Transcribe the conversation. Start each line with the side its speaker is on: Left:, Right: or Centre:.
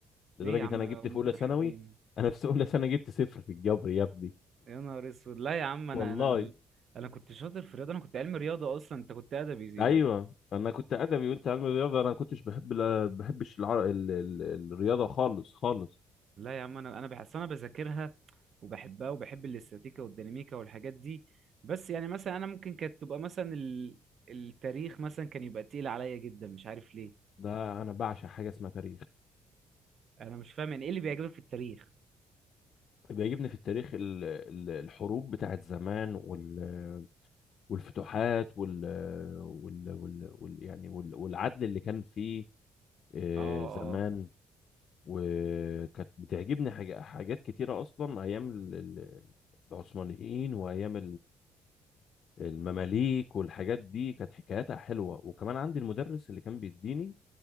Left: لدرجة
Right: ليه يا عم
Left: انا
Right: هم
Left: جبت في اولى
Right: كانوا
Left: ثانوي
Right: حلوين
Left: انا في اولى ثانوي جبت صفر في الجبر يا ابني
Right: يا نهار اسود لا يا عم انا
Left: والله
Right: انا انا كنت شاطر في الرياضة انا كنت علمي رياضة اصلا انت كنت ادبي
Left: ايوه انا كنت ادبي وانت علم رياضه انا ما كنتش بحب لا بحبش العر... ال... ال... الرياضه خالص خالص
Right: لا يا عم انا انا بحس انا بذاكرها وبحبها وبحب الاستاتيكا والديناميكا والحاجات دي بس يعني مثلا انا ممكن كانت تبقى مثلا ال... التاريخ مثلا كان يبقى تقيل عليا جدا مش عارف ليه
Left: ده انا بعشق حاجه اسمها تاريخ
Right: انا مش فاهم يعني ايه اللي بيعجبك في التاريخ
Left: بيعجبني في التاريخ ال... ال- الحروب بتاعت زمان وال... والفتوحات وال... وال... وال... وال... يعني وال... والعدل اللي كان فيه آه،
Right: اه
Left: زمان
Right: اه
Left: وكانت بتعجبني حاجة... حاجات كتيره اصلا ايام ال... ال- العثمانيين وايام المماليك والحاجات دي كانت حكاياتها حلوة وكمان عندي المدرس اللي كان بيديني